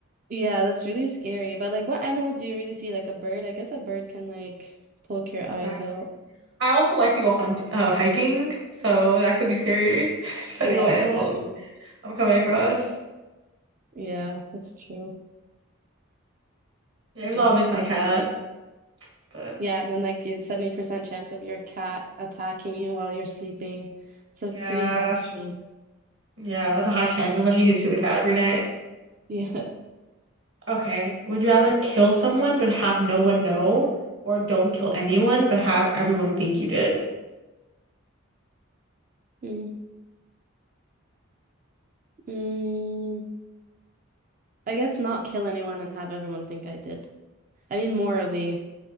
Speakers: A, on the right; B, on the right.
A: Yeah, that's really scary. But like what animals do you really see? Like a bird? I guess a bird can like poke your
B: Attacking.
A: eyes out.
B: I also like to go hunt uh hiking, so that could be scary <laughs> depending
A: Yeah,
B: on what animals
A: exactly.
B: I'm coming across.
A: Yeah, that's true.
B: Yeah,
A: Okay.
B: even though I miss my cat, but
A: Yeah, and then like it's 70% chance of your cat attacking you while you're sleeping. It's a
B: yeah,
A: pretty high one.
B: yeah, that's a high chance, especially if you see the cat every night.
A: Yeah.
B: Okay.
A: <laughs>
B: Would you rather kill someone but have no one know, or don't kill anyone but have everyone think you did?
A: Mm. Mm, I guess not kill anyone and have everyone think I did. I mean, morally